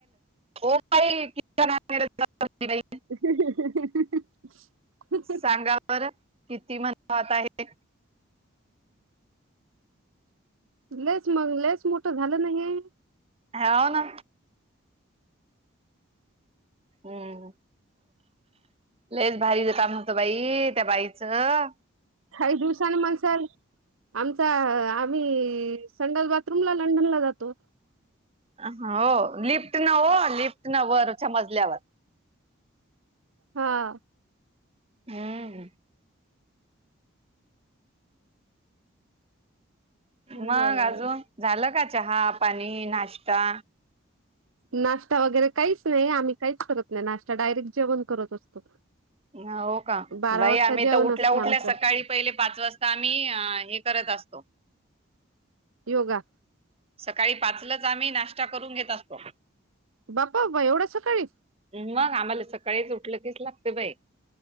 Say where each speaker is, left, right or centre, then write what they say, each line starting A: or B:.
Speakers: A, on the right; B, on the right.
A: ओ ताई
B: <unintelligible>
A: सांगावर किती मनात आहे
B: लेस मग लेस मोठं झालं नाही
A: हाव ना हम्म लेस भारीच काम नव्हतं बाई त्या बाईचं
B: काही दिवसांनी म्हण सर आमचा आम्ही संडल बाग तुमला लंडनला जातो
A: हो लिफ्ट नव लिफ्ट न वर मजल्यावर
B: हा
A: हम् मग
B: बरे
A: अजून झालं का चहा पाणी नाश्ता
B: नाश्ता वगैरे काहीच नाही आम्ही काहीच करत नाही नाश्ता डायरेक्ट जेवण करत असतो
A: हो का
B: बारा
A: बाई
B: वाजता
A: आम्ही
B: जेवण
A: तर उठल्या
B: असते
A: उठल्या
B: आमचं
A: सकाळी पहिले पाच वाजता आम्ही हे करत असतो
B: योगा
A: सकाळी पाचलच आम्ही नाश्ता करून घेत असतो
B: बापा एवढं सकाळीच
A: मग आम्हाला सकाळीच उठलं कीच लागत बाई